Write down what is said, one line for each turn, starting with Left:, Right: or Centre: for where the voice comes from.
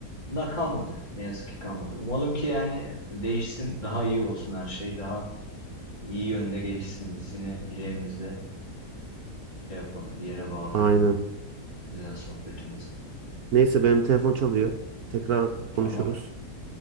Left: Bunlar kalmadı. Ne yazık ki kalmadı. Umalım ki yani değişsin, daha iyi olsun her şey, daha iyi yönde gelişsin. Biz yine dileğimizle şey yapalım, bir yere bağlayalım
Right: Aynen.
Left: bu güzel sohbetimizi.
Right: Neyse benim telefon çalıyor. Tekrar konuşuruz.
Left: Tamam,